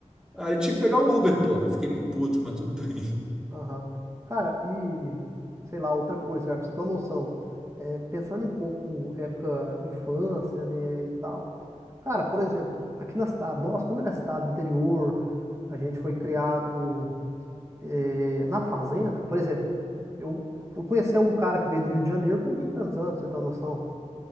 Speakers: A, in the centre; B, on the right.
A: Aí eu tive que pegar um Uber, porra. Fiquei meio puto, mas tudo bem.
B: Aham. Cara, e sei lá, outra coisa, cara, pra você ter uma noção, é, pensando em pouco época infância, né, e tal. Cara, por exemplo, aqui na cidade, nossa, como é na cidade do interior, a gente foi criado é, na fazenda, por exemplo, eu fui conhecer um cara que veio do Rio de Janeiro com 20 e tantos anos, pra você tem uma noção?